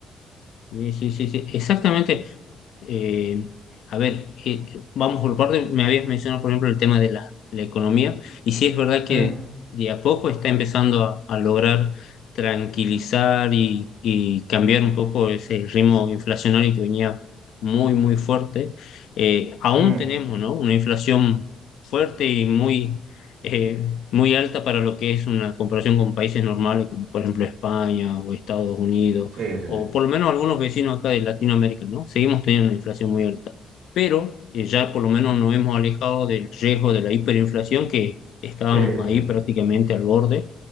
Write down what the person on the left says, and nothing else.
Sí, sí, sí, sí, exactamente. eh, a ver, eh, vamos por parte, me habías mencionado, por ejemplo, el tema de la, la economía, y sí es verdad que
de a poco está empezando a, a lograr tranquilizar y, y cambiar un poco ese ritmo inflacionario que venía muy, muy fuerte. Eh, aún
tenemos, ¿no? Una inflación fuerte y muy, eh, muy alta para lo que es una comparación con países normales, como por ejemplo España o Estados Unidos
o por lo menos algunos vecinos acá de Latinoamérica, ¿no? Seguimos teniendo una inflación muy alta, pero eh, ya por lo menos nos hemos alejado del riesgo de la hiperinflación que estábamos
ahí prácticamente
al borde